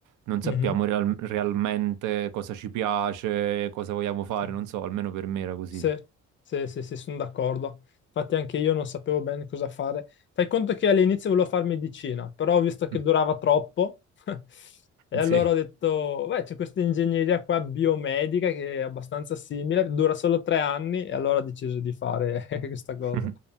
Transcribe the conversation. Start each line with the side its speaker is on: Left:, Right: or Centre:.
Right: non sappiamo
Left: Mhm,
Right: real- realmente cosa ci piace, cosa vogliamo fare,
Left: sì.
Right: non so, almeno per me era così.
Left: Sì, sì, sì, sì, sono d'accordo. Infatti anche io non sapevo bene cosa fare. Fai conto che all'inizio volevo fare medicina, però ho visto che
Right: <laughs>
Left: durava troppo <laughs> e allora
Right: Sì.
Left: ho detto, beh, c'è questa ingegneria qua biomedica che è abbastanza simile, dura solo tre anni e allora ho deciso di fare <laughs> questa cosa.
Right: <laughs>